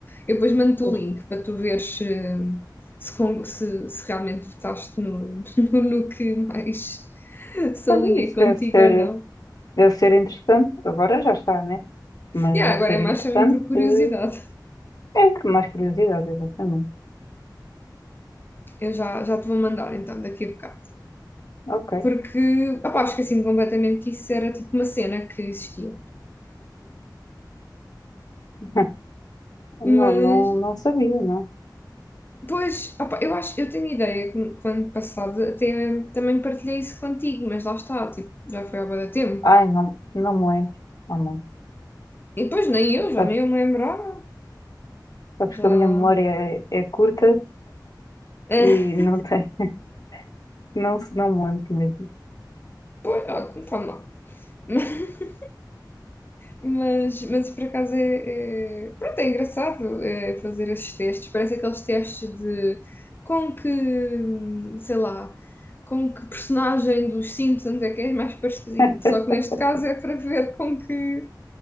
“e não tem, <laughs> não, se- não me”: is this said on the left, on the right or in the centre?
Left